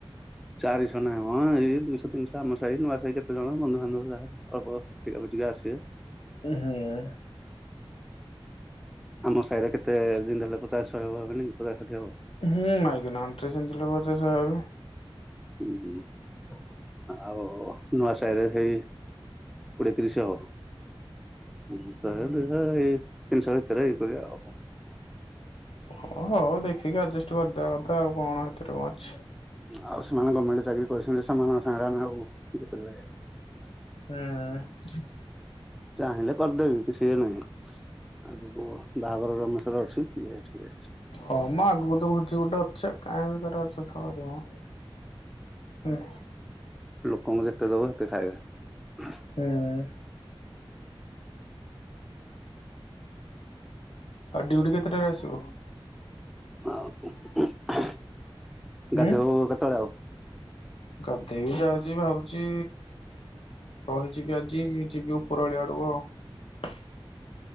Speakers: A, in the centre; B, on the left.
A: ଚାରିଶହ ନହିଁ ଏଇ ଦୁଇଶହ ତିନିଶହ ଆମ ସାହି ନୂଆ ସାହି କେତେ ଜଣ ବନ୍ଧୁବାନ୍ଧବ ଅଳ୍ପ ଟା ପଜିକା ଆସିବେ-
B: ହୁଁ <unintelligible>
A: ଆମ ସାରେ କେତେ- ପଜାଛୟ ହେବି ପଜା ଖାଲି ହେବ-
B: ହୁଁ ଆଁକିନା ତ ଚିତି ଲ ବ ସହାବ-
A: ହୁଁ ହୁଁ ଆଉ ନୂଆ ସାହିରେ ସେଇ- କୋଡ଼ିଏ ତ୍ରିଶଶହ- ଇ ତିନିଶ ତରଇ କରି ଆ-
B: <inaudible> ଓ ହଉ ଦେଖିକି ଆଡଜଷ୍ଟ କରିଦ- କ କଥା ଆଉ କଣ ଏଥିରେ କଣ ଅଛି-
A: ଆଉ ସେମାନେ ଗଭର୍ଣମେଣ୍ଟ ଚାକିରରି କରିଛନ୍ତି ସେମାନଙ୍କ ସାଙ୍ଗରେ ଆମେ ଆଉ ଇଏ କରିବା-
B: ହୁଁ।
A: ଚାହିଁଲେ କରିଦେବି କିଛି ଇଏ ନାହିଁ ଆକୁ ବାହାଘର ରମେଶ୍ୱର ଅଛି।
B: ହଁ ମ ଆଗକୁ ତ ଭୋଜି ଗୋଟେ ଅଛି କାହିଁକି ତ ଅଯଥା କରିବ ମ। ହୁଁ।
A: ଲୋକ କଙ୍କୁ ଯେତେ ଦବ ସେତେ ଖାଇବେ।
B: ହୁଁ ଆଉ ଡିଉଟି କେତେଟାରେ ଆସିବ?
A: ଆଉ କଣ କହୁଚ?
B: ହୁଁ
A: ଗାଧେଇବ କେତେବେଳେ ଆଉ?
B: ଗାଧେଇବି ଯାଉଚି ଭାବୁଛି ରହିଯିବି ଆଜି ଯିବି ଉପର ଆଳିଆ ଆଡକୁ ଆଉ।